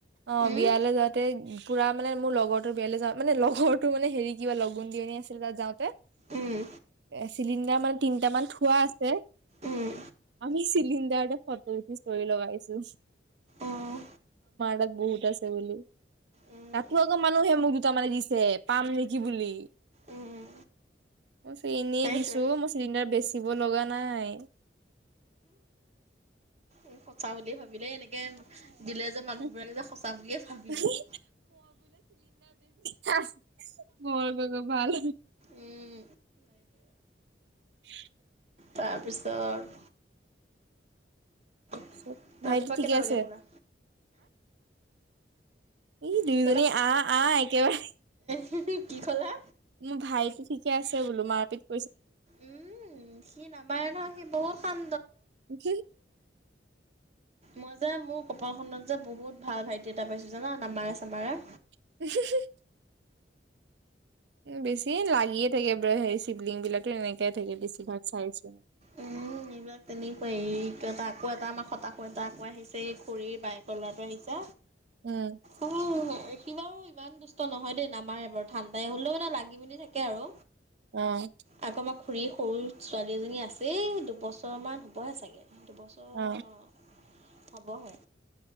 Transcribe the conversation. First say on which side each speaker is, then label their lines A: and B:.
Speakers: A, on the right; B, on the right.
A: অঁ
B: উম,
A: বিয়ালৈ যাতে পুৰা মানে মোৰ লগৰ তোৰ বিয়ালে যাওঁ মানে লগৰ তো মানে হেৰি কিবা লগুণদিয়নি আছিল তাত যাওঁতে।
B: উম,
A: চিলিন এ মানে তিনিটা মান থোৱা আছে।
B: উম,
A: আমি চিলিণ্ডাৰটা ফটো উঠি স্ত'ৰী লগাইচো
B: অ',
A: <unintelligible> বহুত আছে বুলি।
B: উম,
A: তাতো
B: উম,
A: আকৌ মানুহে মোক দুটা মান ৰী যে পাম নেকি বুলি।
B: উম,
A: মই এনেই
B: সেইটোৱে
A: দিছো অ' মোৰ চিলিণ্ডাৰ বেছি দিব লগা নাই।
B: এই সঁচা বুলিয়ে ভাব দিলে এনেকে দিলে যে
A: অ
B: মানুহবিলাকে যে সঁচা বুলিয়ে ভাবি লয়।
A: মই তাচ্। মোৰ খবৰ ভাল।
B: উম,
A: <inaudible>
B: প্ৰা বিছাৰ
A: তাৰপিছত
B: ৰাতিপুৱা
A: ভাইটি ঠিকে
B: কেইটা
A: আছে
B: লৈকে শুলা?
A: এই দুয়োজনী
B: কি
A: আহ আহ একেবাৰে।
B: কি কি কলা?
A: মোৰ ভাইটি ঠিকে আছে বোলো মাৰ পিত
B: উম সি নাপায় নহ সি বহুত সান
A: উম।
B: মই যে মোৰ কপালখনত যে বহুত ভাল ভাইটি এটা পাইছো জানা নামাৰে চামাৰে।
A: <inaudible> বেছি লাগিয়ে থাকে হেৰি চিভলিং বিলাকো এনেকাই থাকে বেছিভাগ চাইছো।
B: উম, এইবিলাক তেনেকুৱায়ে এই এটা আকৌ এটা আমাৰ সটা আকৌ আহিছে এই খড়ীৰ বাইয়েকৰ ল'ৰাটো আহিছে।
A: উম
B: উম একেবাৰে ইমান দুষ্ট নহয় দেই নামাৰ বাৰু ঠাণ্ডাই হ'লেও মানে লাগি মেলি থাকে আৰু।
A: উম।
B: আকৌ আমাৰ খুৰীৰ সৰু ছোৱালী এজনী আছে দুবছৰ ছ'মান হ'বহে চাগে। দুবছৰ অহ।
A: অ
B: হবহে